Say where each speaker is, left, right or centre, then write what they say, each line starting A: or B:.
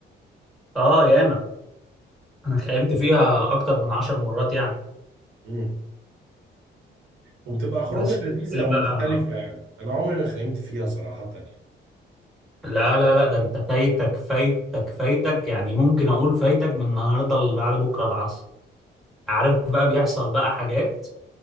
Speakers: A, in the centre; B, on the right.
A: اه ياما انا خيمت فيها اكتر من عشر مرات يعني
B: امم وبتبقى خروجه
A: بس
B: لذيذه
A: بالليل
B: ومختلفه
A: بقى
B: يعني انا عمري ما خيمت فيها صراحه يعني
A: لا لا لا ده انت فايتك فايتك فايتك يعني ممكن اقول فايتك من النهارده لبعد بكره العصر عارف بقى بيحصل بقى حاجات